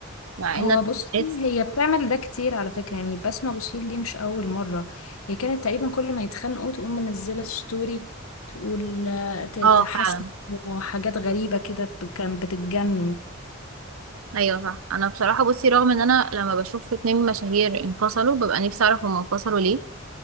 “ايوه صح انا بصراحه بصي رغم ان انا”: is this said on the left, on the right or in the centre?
Right